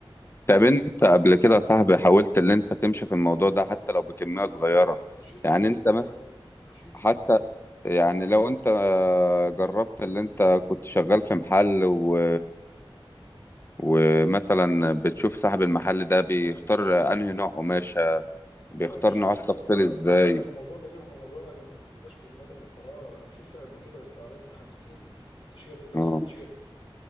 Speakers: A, on the left; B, on the left.
A: طب انت قبل كده يا صاحبي حاولت ان انت تمشي في الموضوع ده حتى لو بكميه صغيره
B: مشيت
A: يعني
B: فيه قبل
A: انت
B: كده آه، مشيت
A: حتى
B: فيه
A: يعني لو انت جربت اللي انت كنت شغال في محل و... ومثلا بتشوف صاحب المحل ده بيختار انهي نوع قماشة بيختار
B: انا مشيت
A: نوع التفصيل
B: انا هقول
A: ازاي
B: لك بقى انا الموضوع ده جه ما هو الموضوع ما ما ما جاش في دماغي من فراغ انا مشيت فيه قبل كده بس عملت 50 تيشيرت اللي هو
A: اه
B: سويت شيرت